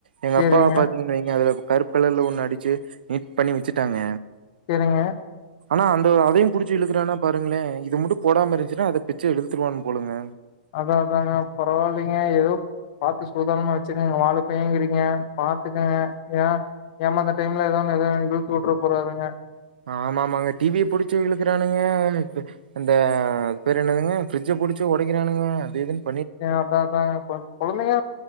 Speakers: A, on the right; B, on the left.
A: எங்க
B: சேரிங்க
A: அப்பாவ பத் ங்க அதுல கருப்பு கலர்ல ஒண்ணு அடிச்சு நீட் பண்ணி வச்சுட்டாங்க
B: செரிங்க
A: ஹ அந்த அதையு புடிச்சு இழுக்குறோனா பாருங்களே இத மட்டும் போடாமல் இருந்துச்சுன்னா அதை பிச்சு எடுத்துடுவான் போலுங்க
B: அதான் அதாங்க பரவாயில்லைங்க ஏதோ பார்த்து சூதானமா வச்சுக்கோங்க வாலு பையன் என்கிறீங்க பாத்துக்கங்க ஏ ஏமாந்த டைம்ல ஏதாவது எத இழுத்து விட்டுற போறாங்க
A: ஆமா ஆமாங்க டிவிய புடிச்சு விழுக்கறானுங்க இந்த அது பேரு என்னதுங்க பிரிட்ஜ் புடிச்சு உடைக்கிறாங்க அது எதுன்னு
B: அதான் அதாங்க குழந்தைங்க